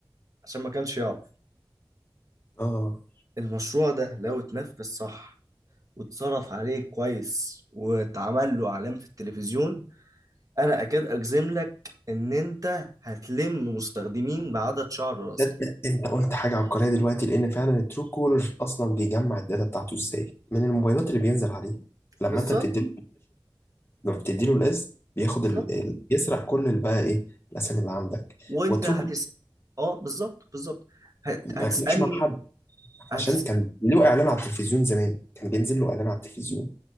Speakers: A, on the right (about 40°); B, on the left (about 30°).
A: عشان ما كانش يعرف
B: اه
A: المشروع ده لو اتنفذ صح واتصرف عليه كويس واتعمل له اعلان في التلفزيون انا اكاد اجزم لك ان انت هتلم مستخدمين بعدد شعر راسك
B: ده ده انت قلت حاجة عبقرية دلوقتي لان فعلا الترو كولر اصلا بيجمع الداتا بتاعته ازاي من الموبايلات اللي بينزل عليها لما
A: بالظبط
B: انت بتديله لما بتديله القز بياخد
A: بالظبط
B: ال... ال... يسرق كل ال- بقى ايه الاسامي اللي عندك
A: وانت
B: واتركه
A: هتس اه بالظبط بالظبط هت...
B: ما
A: هتسالني
B: اكلش مع حد
A: هتس
B: عشان كان له اعلان على التلفزيون زمان كان بينزل له اعلان على التلفيزيون